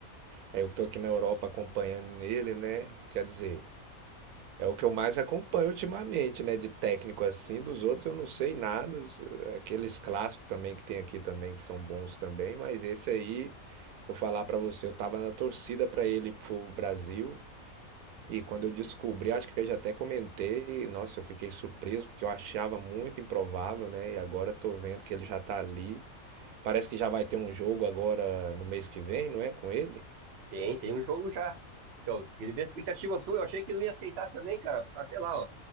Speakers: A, on the right; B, on the right.
A: é eu que tô aqui na Europa acompanhando ele, né? Quer dizer, é o que eu mais acompanho ultimamente, né, de técnico assim, dos outros eu não sei nada, os- aqueles clássicos também que tem aqui também que são bons também, mas esse aí, vou falar pra você, eu tava na torcida pra ele ir pro Brasil. E quando eu descobri, acho que eu já até comentei, nossa, eu fiquei surpreso porque eu achava muito improvável, né? E agora tô vendo que ele já tá ali. Parece que já vai ter um jogo agora no mês que vem, não é? Com ele?
B: Tem, tem um jogo já. Então, eu queria ver a expectativa sua. Eu achei que ele não ia aceitar também, cara. Ah, sei lá, ó.